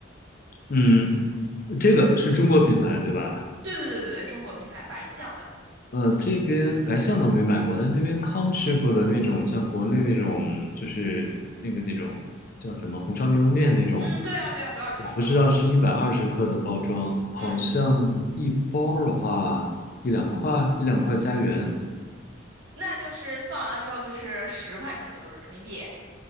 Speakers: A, on the left; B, on the right.
A: 嗯，这个是中国品牌对吧？
B: 对对对对对，中国品牌白象的，
A: 呃，这边白象都没买过，但这边康师傅的那种，像国内那种，就是那个那种叫什么红烧牛肉面那种，
B: 嗯，对呀对呀，多少钱一包儿？
A: 我不知道是一百二十克的包装，好像一包儿的话一两块，
B: 嗯，
A: 一两块加元，
B: 那就是算完了之后就是十块钱左右人民币。